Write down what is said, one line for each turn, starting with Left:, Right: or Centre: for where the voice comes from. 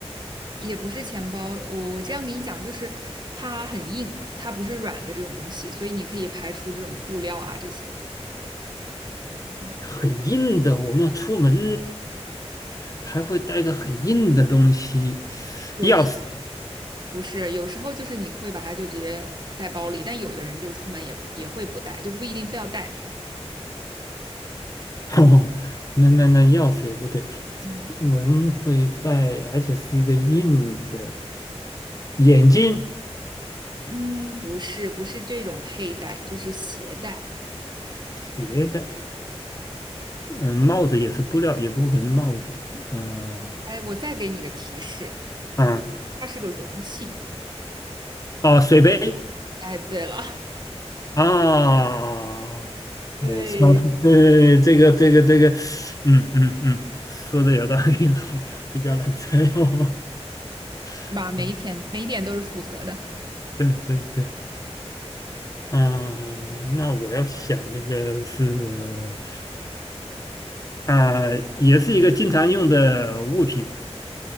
Right: 也不是钱包，我我这样给你讲，就是它很硬，它不是软的这种东西，所以你可以排除这种布料啊这些的，嗯，
Left: 很硬的，我们出门还会带个很硬的东西，
Right: 有时。
Left: 钥匙。
Right: 不是，有时候就是你会把它就直接带包里，但有的人就出门也也会不带，就不一定非要带。
Left: <laughs> 哦，那那那钥匙也不对，
Right: 嗯，
Left: 出门会带，而且是一个硬的。眼镜、
Right: 嗯，不是，不是这种佩戴，就是携带。
Left: 鞋带，嗯，帽子也是布料，也不可能帽子。嗯、
Right: 哎，我再给你个提示，
Left: 啊，
Right: 它是个容器。
Left: 哦，水杯。
Right: 哎，对了，
Left: 啊，
Right: <laughs> 对，
Left: 呃，说对这个这个这个，嗯嗯嗯，说的有道理，好，比较难猜哦。<laughs>
Right: 是吧？每一点每一点都是符合的。
Left: 嗯，对对对，啊，那我要想一个是，啊、也是一个经常用的物品，